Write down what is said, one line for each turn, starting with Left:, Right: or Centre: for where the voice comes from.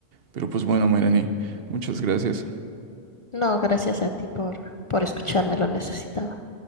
Right: Pero pues bueno, Mayrani, muchas gracias.
Left: No, gracias a ti por, por escucharme, lo necesitaba.